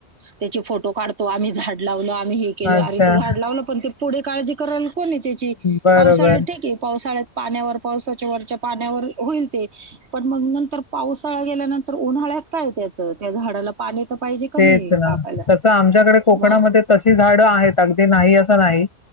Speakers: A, on the right; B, on the left.
A: त्याचे फोटो काढतो आम्ही झाड लावलो आणि हे केलं
B: अच्छा.
A: अरे ते झाड लावण पण ते पुढे काळजी कराल. कोणी त्याची
B: बरोबर.
A: पावसाळ्यात ठीक आहे पावसाळ्यात पाण्यावर पावसाच्या वरच्या पाण्यावर होईल ते पण मग नंतर पावसाळा गेल्यानंतर उन्हाळ्यात काय त्याचं त्या झाडाला पाणी तर पाहिजे कमी
B: तेच ना
A: टाकायला.
B: तसं आमच्याकडे कोकणामध्ये
A: मग
B: तशी झाडं आहेत. अगदी नाही अस ला आहे